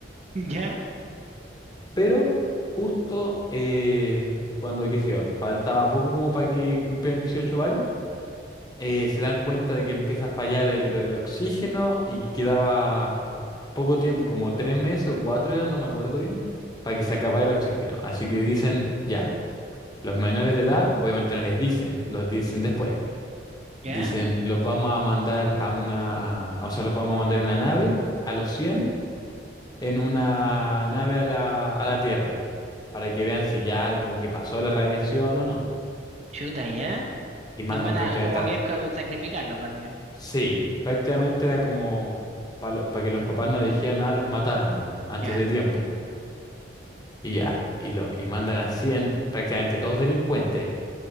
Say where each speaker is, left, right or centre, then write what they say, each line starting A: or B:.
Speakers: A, on the right; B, on the left.
A: Ya,
B: <laughs> Pero justo eh, cuando, qué sé yo, faltaba poco como para que cumplieran 18 varios, eh, se dan cuenta de que empieza a fallar el- lo del oxígeno y que quedaba poco tiempo, como tres meses o cuatro eran, no me acuerdo bien, para que se acabara
A: ¿Mm?
B: el oxígeno. Así que dicen, ya, los menores de edad, obviamente no les dicen, los dicen después.
A: ya,
B: Dicen, los vamos a mandar a una, o sea, los vamos a mandar en una nave a los cien en una nave a la, a la Tierra, para que vean si ya como que pasó la radiación o no.
A: chuta, ya.
B: Y mandan
A: Los van
B: prácticamente
A: a, como
B: a,
A: que es como sacrificarlos, básicamente.
B: Sí, prácticamente era como para que los papás no dijeran nada, los mataron nomás, antes
A: Ya,
B: de tiempo. Y ya, y, lo, y mandan a 100 prácticamente todos delincuentes,